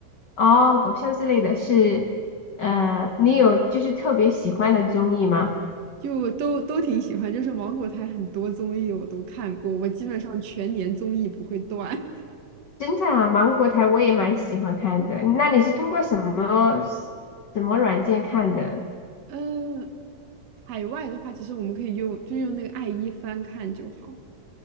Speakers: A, on the left; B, on the right.
A: 哦，搞笑之类的是，呃，你有就是特别喜欢的综艺吗？
B: 就都都挺喜欢，就是芒果台很多综艺我都看过，我基本上全年综艺不会断。<laughs>
A: 侦探啊，芒果台我也蛮喜欢看的。那你是通过什么什么软件看的？
B: 嗯，海外的话，其实我们可以用，就用那个爱一翻看就好。